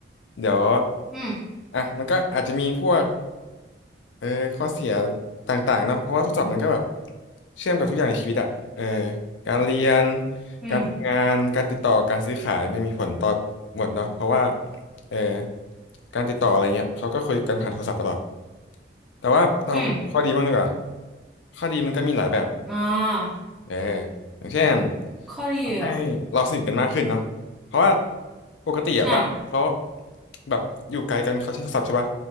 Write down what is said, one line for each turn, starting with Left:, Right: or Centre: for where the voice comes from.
Left: เดี๋ยว
Centre: อืม
Left: อ่ะมันก็อาจจะมีพวก เออข้อเสียต่างๆเนาะเพราะว่าโทรศัพท์มันก็แบบเชื่อมกับทุกอย่างในชีวิตอะเออการเรียน
Centre: อืม
Left: การทำงานการติดต่อการซื้อขายไม่มีผลต่อหมดเนาะเพราะว่าเออการติดต่ออะไรเงี้ยเขาก็คุยกันผ่านโทรศัพท์ตลอดแต่ว่าเรามาพูดถึงข้อดีบ้างดีกว่า
Centre: อืม
Left: ข้อดีมันก็มีหลายแบบ
Centre: อ่า
Left: เอออย่างเช่น
Centre: ข้อดีเหรอ
Left: ทำให้เราสนิทกันมากขึ้นเนาะเพราะว่าปกติอะบ้านเขา
Centre: อ่า
Left: แบบอยู่ไกลกันเขาใช้โทรศัพท์ใช่ป่ะ